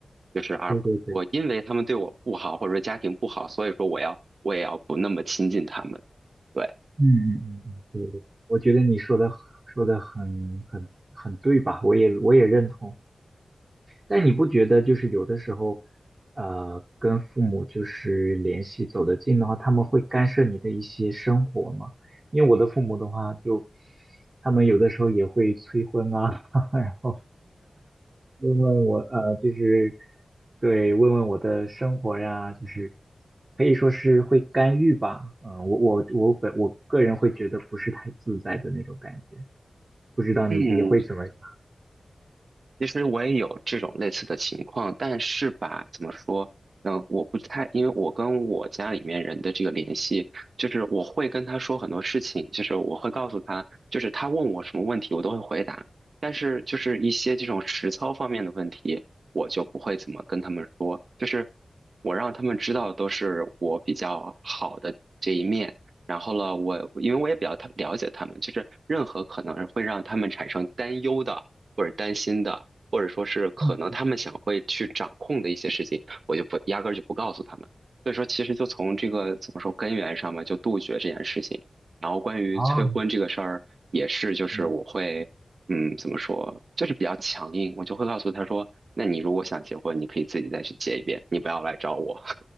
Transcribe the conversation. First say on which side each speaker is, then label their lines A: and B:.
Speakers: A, on the right (about 70°); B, on the right (about 45°).
A: 就是而不我因为他们对我不好或者说家庭不好，
B: 对对对，
A: 所以说我要我也要不那么亲近他们，对。
B: 嗯嗯嗯嗯，对对，我觉得你说的说的很很很对吧？我也我也认同。但你不觉得就是有的时候，呃，跟父母就是联系走得近的话，他们会干涉你的一些生活吗？因为我的父母的话就，他们有的时候也会催婚啊，<laughs> 然后问问我，呃，就是对，问问我的生活呀，就是可以说是会干预吧。嗯，我我我本我个人会觉得不是太自在的那种感觉，不知道你你会怎么想？
A: 嗯，其实我也有这种类似的情况，但是吧，怎么说？嗯，我不太，因为我跟我家里面人的这个联系，就是我会跟他说很多事情，就是我会告诉他，就是他问我什么问题，我都会回答。但是就是一些这种实操方面的问题，我就不会怎么跟他们说，就是我让他们知道都是我比较好的这一面。然后呢，我因为我也比较他了解他们，就是任何可能会让他们产生担忧的或者担心的。或者说是可能他们想会去掌控的一些事情，
B: 嗯，
A: 我就不压根儿就不告诉他们。所以说，其实就从这个怎么说根源上嘛，就杜绝这件事情。然后关于催婚这个事儿，
B: 哦
A: 也是就是我会，
B: 嗯
A: 嗯，怎么说，就是比较强硬，我就会告诉他说，那你如果想结婚，你可以自己再去结一遍，你不要来找我。